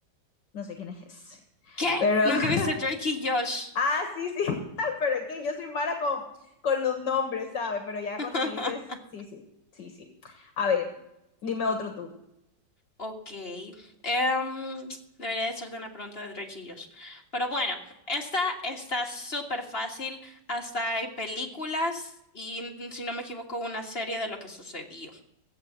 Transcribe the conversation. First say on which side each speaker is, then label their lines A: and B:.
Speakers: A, on the left; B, on the left.
A: No sé quién es ese.
B: ¿Qué?
A: Pero.
B: ¿Nunca
A: <laughs>
B: viste Drake y Josh?
A: Ah, sí, sí. <laughs> Pero es que yo soy mala con, con los nombres, ¿sabes? Pero ya
B: <laughs>
A: cuando me dices. Sí, sí, sí, sí. A ver, dime otro tú.
B: Ok. Em, debería de hacerte una pregunta de Drake y Josh. Pero bueno, esta está súper fácil. Hasta hay películas y, mm, si no me equivoco, una serie de lo que sucedió.